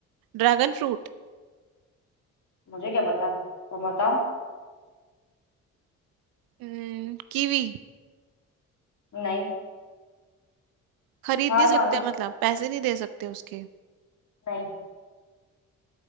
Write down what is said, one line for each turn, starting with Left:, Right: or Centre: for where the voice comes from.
Right: ड्रैगन फ्रूट
Left: मुझे क्या पता तो बताओ
Right: हम्म, कीवी
Left: नहीं
Right: खरीद
Left: हार
Right: नहीं
Left: मान
Right: सकते
Left: लो
Right: मतलब पैसे नहीं दे सकते उसके
Left: नहीं